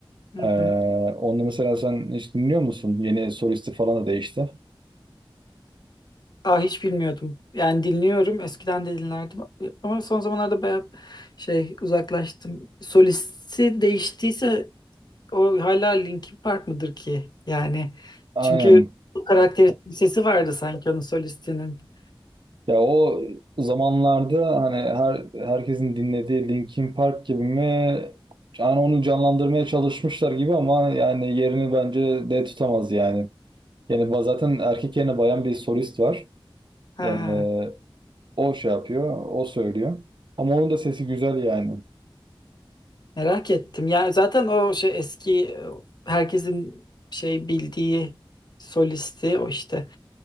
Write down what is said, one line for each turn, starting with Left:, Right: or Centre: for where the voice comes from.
Left: Hı
Right: Ee,
Left: hı.
Right: onu mesela sen hiç dinliyor musun? Yeni solisti falan da değişti.
Left: Aa, hiç bilmiyordum. Yani dinliyorum. Eskiden de dinlerdim. Ama son zamanlarda bayağı şey uzaklaştım. Solisti değiştiyse o hala Linkin Park mıdır ki? Yani
Right: Aynen.
Left: çünkü karakteristik bir sesi vardı sanki onun solistinin.
Right: Ya o zamanlarda hani her herkesin dinlediği Linkin Park gibi mi? Yani onu canlandırmaya çalışmışlar gibi ama yani yerini bence de tutamaz yani. Yani ba- zaten erkek yerine bayan bir solist var.
Left: Ha,
Right: Ee, o şey yapıyor, o söylüyor. Ama onun da sesi güzel yani.
Left: merak ettim. Yani zaten o şey eski e, herkesin şey bildiği solisti o işte